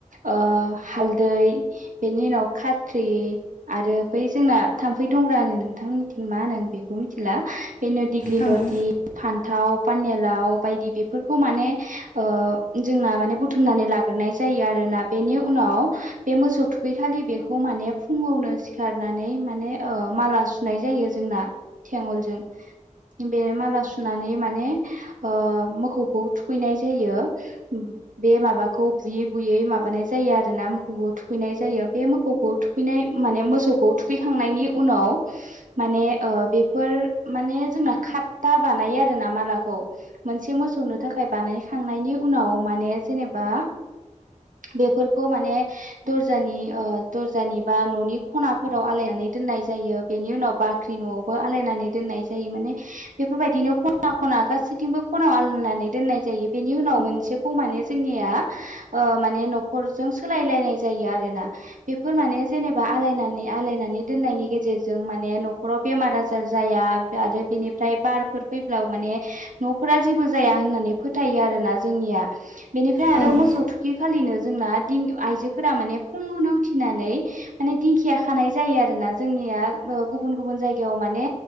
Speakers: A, on the right; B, on the left.
A: ओ हालदै बेनि उनाव खाथ्रि आरो बै जोंना थाम्फै दंग्रा होनो नोंथांमोन्निथिं मा होनो आं बेखौ मिथिला बेनो दिग्लि
B: औ
A: लथि
B: ओं
A: फान्थाव पानेलाव बायदि बेफोरखौ माने ओ जोंना माने बुथुमनानै लाग्रोनाय जायो आरोना बेनि उनाव बे मोसौ थुखैखालि बेखौ माने फुङावनो सिखारनानै माने ओ माला नाय जायो जोंना थेंगलजों बे माला सुनानै माने ओ मोखौखौ थुखैनाय जायो <inaudible> बे माबाखौ बुयै बुयै माबानाय जायो आरो ना मोखौखौ थुखैनाय जायो बे मोखौखौ थुखैनाय माने मोसौखौ थुखैखांनायनि उनाव माने ओ बेफोर माने जोंना खात्ता बानायो आरोना मालाखौ मोनसे मोसौनो थाखाय बानायखांनायनि उनाव माने जेनेबा बेफोरखौ माने दर्जानि ओ दर्जानि बा न'नि खनाफोराव आलायनानै दोन्नाय जायो। बेनि उनाव बाख्रि न'आवबो आलायनानै दोन्नाय जायो माने बेफोरबायदिनो खना खना गासैथिंबो खनायाव आलनानै दोन्नाय जायो बेनि उनाव मोनसे खौ माने जोंनिया माने ओ न'खरजों सोलायलायनाय जायो आरोना बेफोर माने जेनेबा आलायनानै आलायनानै दोननायनि गेजेरजों माने न'खराव बेमार आजार जाया आरो बेनिफ्राय बारफोर फैब्ला माने न'फोरा जेबो जाया होन्नानै फोथायो आरोना जोंनिया बेनिफ्राय आरो
B: ओं
A: मोसौ थु बिखालिनो जोंना दि आइजोफोरा माने फुङावनो उथिनानै माने दिंखिया खानाय जायो आरो ना जोंनिया ओ गुबुन गुबुन जायगायाव माने